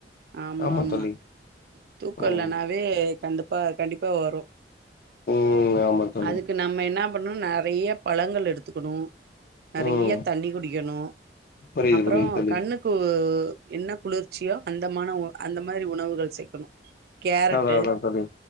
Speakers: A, on the right (about 60°); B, on the left (about 55°).
A: ஆமாம்மா
B: ஆமா தோழி
A: தூக்கோ
B: ம்
A: இல்லனா வே கண்டுப்பா கண்டிப்பா வரு
B: ம் ஆமா தோழி
A: அதுக்கு நம்ம என்னா பன்னு நெறைய பழங்கள் எடுத்துக்குணு நெறைய
B: ம்
A: தண்ணி குடிக்கணு
B: புரியுது
A: அப்றோ
B: புரியுது தோழி
A: கண்ணுக் உ என்ன குளிர்ச்சியோ அந்தமான அந்த மாதிரி உணவுகள் சேக்கணு கேரட்டு்
B: அதா அதா தோழி